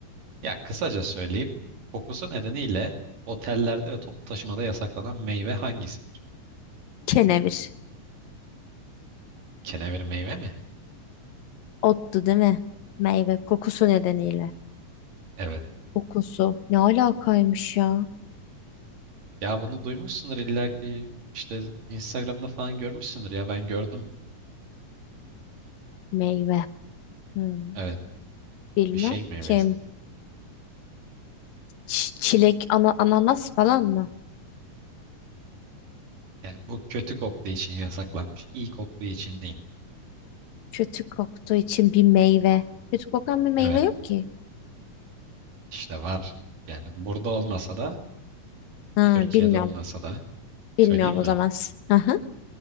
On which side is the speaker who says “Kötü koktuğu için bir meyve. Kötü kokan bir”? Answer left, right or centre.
Left